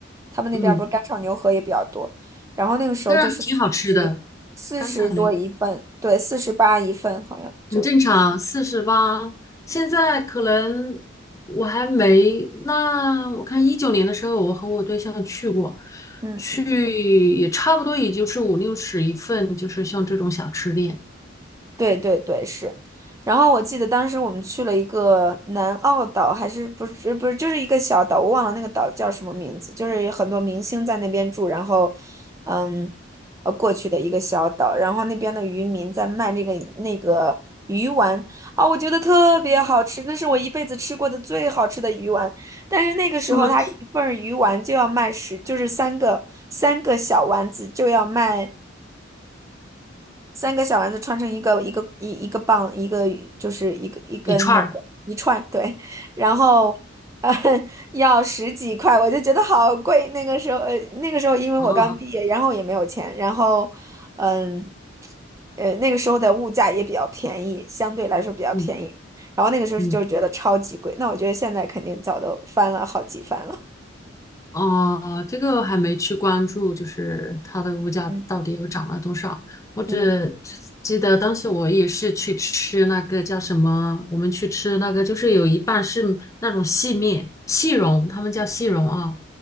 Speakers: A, on the right; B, on the left.
A: 他们那边儿不是干炒牛河也比较多，
B: 嗯，
A: 然后那个时候就是四十四十多一份，
B: 但是挺好吃的。干炒梨
A: 对，四十八一份好像就。
B: 很正常，四十八。现在可能我还没，那我看一九年的时候，我和我对象去过，
A: 嗯。
B: 去也差不多，也就是五六十一份，就是像这种小吃店，
A: 对对对，是。然后我记得当时我们去了一个南澳岛，还是不是不是，就是一个小岛，我忘了那个岛叫什么名字，就是很多明星在那边住，然后，嗯，呃，过去的一个小岛，然后那边的渔民在卖那个那个鱼丸啊，我觉得特别好吃，那是我一辈子吃过的最好吃的鱼丸。但是那个时候，
B: 什么
A: 它一份儿鱼丸就要卖十，就是三个三个小丸子就要卖。三个小丸子穿成一个一个一一个棒，一个就是一个一根那个一串，
B: 一串儿，
A: 对，然后呃 <laughs> 要十几块，我就觉得好贵。那个时候，呃，那个时候因为我刚毕业，
B: 啊，
A: 然后也没有钱，然后嗯呃那个时候的物价也比较便宜，相对来说比较便宜，
B: 嗯
A: 然后那个时候就觉得超级贵。
B: 嗯。
A: 那我觉得现在肯定早都翻了好几番了。
B: 哦，这个还没去关注，就是它的物价到底又涨了多少？
A: 嗯
B: 我只只记得当时我也是去吃那个叫什么，
A: 嗯
B: 我们去吃那个就是有一半是那种细面、细蓉，他们叫细蓉啊，